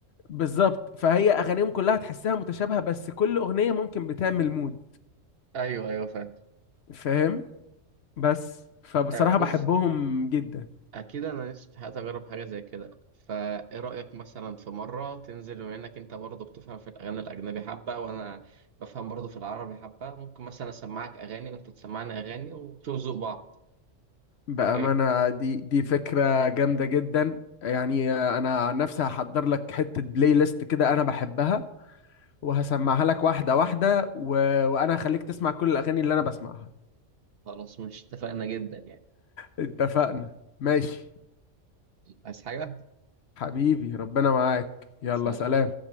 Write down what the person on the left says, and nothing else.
بالظبط فهي اغانيهم كلها تحسها متشابهه بس كل اغنيه ممكن بتعمل مود
فاهم بس فبصراحه
بحبهم جدا
بامانه
دي دي فكره جامده جدا يعني انا عن نفسي هحضر لك حته بلاي ليست كده انا بحبها وهسمعها لك واحده واحده و... وانا هخليك تسمع كل الاغاني اللي انا بسمعها
اتفقنا ماشي
حبيبي ربنا معاك يلا
سلام